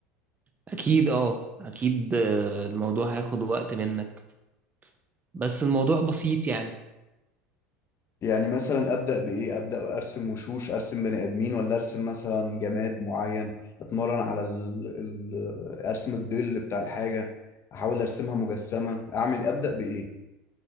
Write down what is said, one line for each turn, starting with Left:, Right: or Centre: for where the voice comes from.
Right: اكيد اه اكيد آه، الموضوع هياخد وقت منك بس الموضوع بسيط يعني
Left: يعني مثلا ابدا بايه ابدا ارسم وشوش ارسم بني ادمين ولا ارسم مثلا جماد معين اتمرن على ال... ال... ارسم الظل بتاع الحاجه احاول ارسمها مجسمه اعمل ابدا بايه